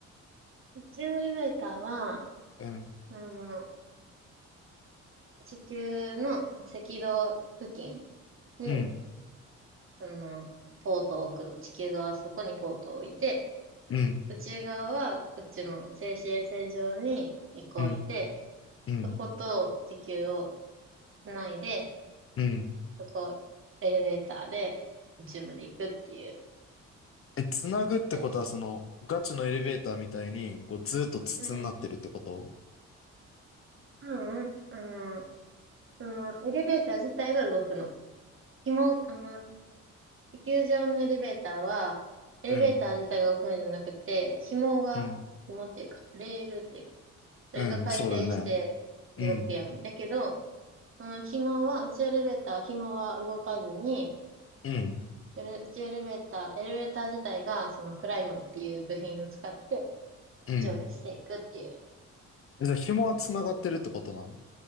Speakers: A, on the right; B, on the left.
A: 宇宙エレベーターは、
B: うん。
A: あの、地球の赤道付近に、
B: うん。
A: あの、ポートを置くの。地球側はそこにポートを置いて、
B: うん。
A: 宇宙側は宇宙の静止衛星上に一個置いて、
B: うん。うん。
A: そこと地球をつないで、
B: うん。
A: そこエレベーターで宇宙まで行くっていう
B: え、つなぐってことは、
A: やつ。
B: その、ガチのエレベーターみたいに、こう、ずっと筒になってるってこと
A: うんうんうん。あの、そのエレベーター自体が動くの。紐、あの、地球上のエレベーターは、エレベーター自体が動くのじゃなくて、
B: うん。
A: 紐が、
B: うん。
A: 紐っていうか、レールっていうか、それが回転して動くやん。
B: うん。そうだよね。うん。
A: だけど、その紐は、宇宙エレベーターは、紐は動かずに、
B: うん。
A: エレ宇宙エレベーター、エレベーター自体が、そのクライマーっていう部品を使って
B: うん。
A: 上下していくっていう。
B: え、じゃあ、紐はつながってるってことなん